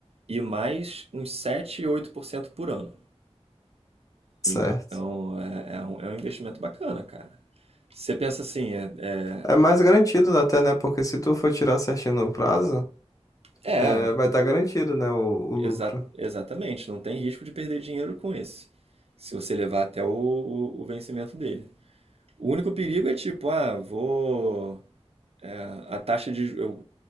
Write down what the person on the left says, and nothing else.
Certo.
É mais garantido até, né? Porque se tu for tirar certinho no prazo,
é,
vai estar garantido, né? O, o lucro.